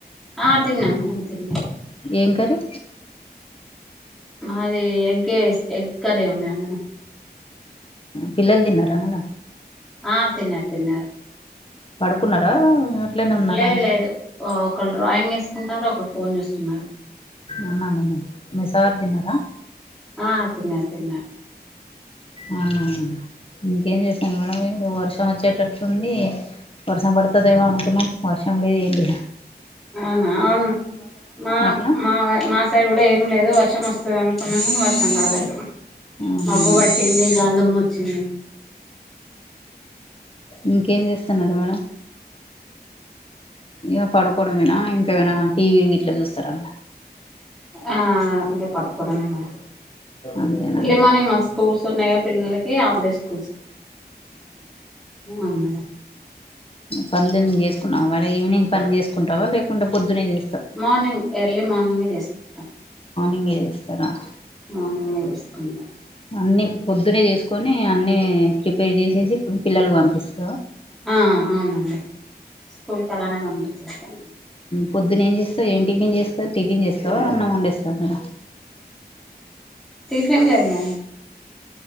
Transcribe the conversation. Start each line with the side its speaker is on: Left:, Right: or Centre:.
Centre: ఆ తిన్నామ్ అను తిన్నా
Left: ఏం కర్రీ
Centre: అది ఎగ్ ఈసీ ఎగ్ కర్రీ ఉన్నా మేడం
Left: పిల్లలు తిన్నారా మేడం
Centre: ఆ తిన్న తిన్న
Left: పడుకున్నారా అట్లనే ఉన్నారా
Centre: లేదు లేదు ఒకరు డ్రాయింగ్ వేస్తుకుంటారు ఒకరు ఫోన్ చేూస్తున్నారు
Left: అన్నా మేడం మీ సార్ తిన్నారా
Centre: ఆ తిన తిన్న
Left: అవున ఇంకేం చేస్తాను మేడం ఈడు వర్షం వచ్చేటట్లు ఉంధి వర్షం పడుతదేవా అనుకున్నా వర్షం లేదు ఇలి
Centre: అవునా అవును మా
Left: అట్లా
Centre: మా మా సైడ్ కూడా ఏం లేదు వర్షం వస్తుంది అనుకున్నా కానీ వర్షం రాలేదు
Left: అవునా
Centre: మబ్బు
Left: మేడం
Centre: పట్టింది గాలిదుమ్మ వచ్చింది
Left: ఇంకేం చేస్తున్నారుడు మేడం ఇక పడుకోవడంమనా ఇంకా ఏమైనా టీవీలు ఇట్లా చూస్తారా మేడ
Centre: ఆ పడుకడమ మేడ
Left: అంతేనా
Centre: ఇర్లీ మార్నింగ్ స్కూల్ సన్న పిల్లలకి ఆఫ్ డే స్కూల్స్ అవును మేడం
Left: పనులు చేసుకున్నావా మరి ఈవినింగ్ పనిలు చేసుకుంటావా లేకుంటే పొద్దునే చే
Centre: మార్నింగ్ ఎర్లీ మార్నింగే చేసుకుంటాం
Left: ఇంగే చేస్తారా
Centre: మార్నింగ్ వేసుకుంటాం
Left: అన్నీ పొద్దునే చేసుకొని అన్నీ ప్రిపేర్ చేసేసి పిల్లకి పంపిస్తాను
Centre: అవునండి స్కూల్కి అలానే పంపిస్తా
Left: పొద్దు ఏం చేస్తా ఏం టిఫన్స్త టిఫిన్ చేస్తా అన్నం వండేస్తాం <inaudible>
Centre: తినలేదు